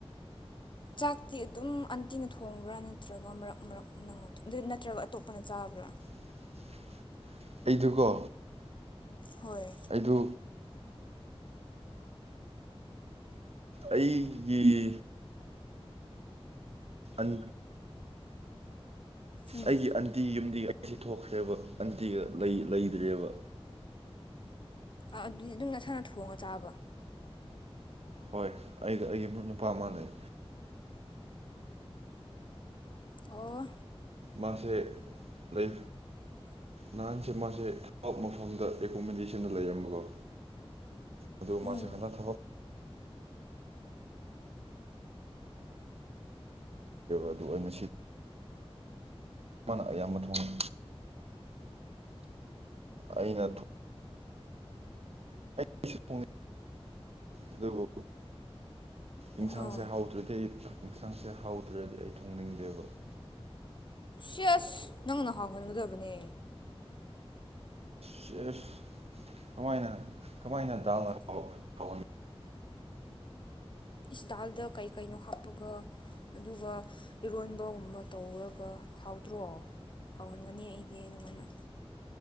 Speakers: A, on the left (about 50°); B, on the right (about 75°).
A: ꯆꯥꯛꯇꯤ ꯑꯗꯨꯝ ꯑꯟꯇꯤꯅ ꯊꯣꯡꯕ꯭ꯔꯥ ꯅꯠꯇ꯭ꯔꯒ ꯃꯔꯛ ꯃꯔꯛ ꯅꯪꯅ ꯅꯠꯇ꯭ꯔꯒ ꯑꯇꯣꯞꯄꯅ ꯆꯥꯕ꯭ꯔꯥ
B: <inaudible> ꯑꯩꯗꯨꯒꯣ
A: ꯍꯣꯏ
B: ꯑꯩꯗꯨ ꯑꯩꯒꯤ ꯑꯟ
A: ꯎꯝ
B: ꯑꯩꯒꯤ ꯑꯟꯇꯤ ꯌꯨꯝꯗꯤ ꯁꯤ ꯊꯣꯛꯈ꯭ꯔꯦꯕ ꯑꯟꯇꯤꯒ ꯂꯩꯗ꯭ꯔꯦꯕ
A: ꯑꯗꯨꯗꯤ ꯑꯗꯨꯝ ꯅꯁꯥꯅ ꯊꯣꯡꯉꯒ ꯆꯥꯕ
B: ꯍꯣꯏ ꯑꯩ ꯑꯩꯒꯤ ꯃꯔꯨꯞ ꯅꯨꯄꯥ ꯃꯥꯥꯟꯅꯩ
A: ꯑꯣ
B: ꯃꯥꯁꯦ ꯂꯩ ꯅꯍꯥꯟꯁꯦ ꯃꯥꯁꯦ ꯊꯕꯛ ꯃꯐꯝꯗ ꯑꯦꯀꯣꯃꯤꯗꯦꯁꯟꯅ ꯂꯩꯔꯝꯃꯒꯣ ꯑꯗꯨ ꯃꯥꯁꯦ
A: ꯎꯝ
B: ꯍꯟꯗꯛ ꯊꯕꯛ ꯑꯗꯨ ꯑꯩꯅ ꯁꯤ ꯃꯥꯅ ꯑꯌꯥꯝꯕ ꯊꯣꯡꯉꯦ ꯑꯩꯅ ꯑꯩꯁꯨ ꯊꯣꯡꯉꯦ ꯑꯗꯨꯕꯨ ꯑꯦꯟꯁꯥꯡꯁꯦ
A: ꯑꯣ
B: ꯍꯥꯎꯗ꯭ꯔꯗꯤ ꯑꯩ ꯌꯦꯟꯁꯥꯡꯁꯦ ꯍꯥꯎꯗ꯭ꯔꯗꯤ ꯑꯩ ꯊꯣꯡꯅꯤꯡꯗꯦꯕ <inaudible>
A: ꯁꯤ ꯑꯁ ꯅꯪꯅ ꯍꯥꯎꯍꯟꯒꯗꯕꯅꯦ
B: ꯁꯤ ꯑꯁ ꯀꯃꯥꯏꯅ ꯀꯃꯥꯏꯅ ꯗꯥꯜꯅ ꯍꯥꯎꯍꯟ
A: ꯏꯁ ꯗꯥꯜꯗ ꯀꯩ ꯀꯩꯅꯣ ꯍꯥꯞꯄꯒ ꯑꯗꯨꯒ ꯏꯔꯣꯟꯕꯒꯨꯝꯕ ꯇꯧꯔꯒ ꯍꯥꯎꯇ꯭ꯔꯣ ꯍꯥꯎꯍꯟꯒꯅꯤ ꯑꯩꯗꯤ ꯑꯗꯨꯃꯥꯏꯅ